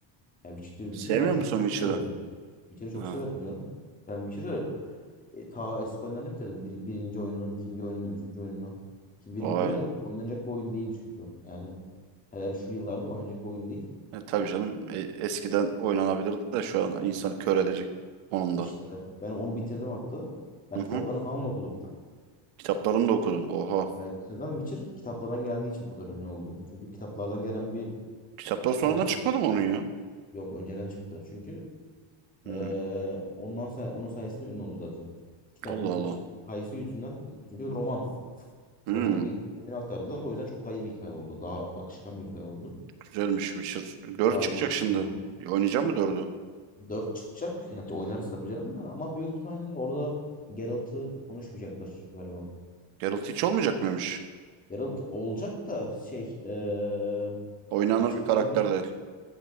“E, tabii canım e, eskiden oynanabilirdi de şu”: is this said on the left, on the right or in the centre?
Right